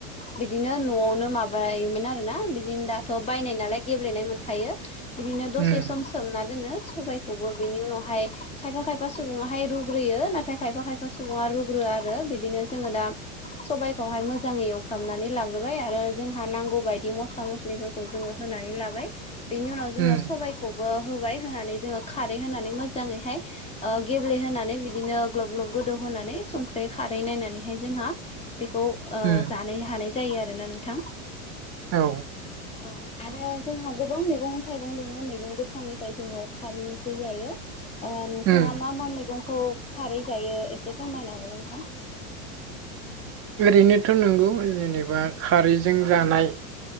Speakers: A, on the left; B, on the right.
A: बिदिनो न'आवनो माबायोमोन आरो ना। बिदिनो दाथ' बायनाय नालाय गेब्लेनाय मोनखायो। बिदिनो दसे
B: उम
A: सम सोमना दोनो सबायखौबो बिनि उनावहाय खायफा -खायफा सुबुङाहाय रुग्रोयो नाथाय खायफा- खायफा सुबुङा रुग्रोया आरो बिदिनो जोङो दा सबाइखौहाय मोजाङै एवफ्रामनानै लाग्रोबाय आरो जोंहा नांगौ बायदि मस्ला- मस्ला <unintelligible> जोङो होनानै लाबाय। बेनि उनाव जोङो
B: उम
A: सबायखौबो होबाय होनानै जोङो खारै होनानै मोजाङैहाय ओ गेब्लेहोनानै बिदिनो ग्लब- ग्लब गोदौ होनानै संख्रै खारै नायनानैहाय जोंहा बेखौ ओ
B: उम
A: जानो हानाय जायो आरोना नोंथां।
B: औ।
A: औ। आरो जोंहा गोबां मैगं- थाइगं दङ मैगं गोथांनिफ्राय जोङो खारै ओंख्रि जायो। ओ नोंथाङा
B: उम
A: मा- मा मैगंखौ खारै जायो एसे फोरमायनो हागोन नोंथां?
B: ओरैनोथ' नंगौ जेनेबा खारैजों जानाय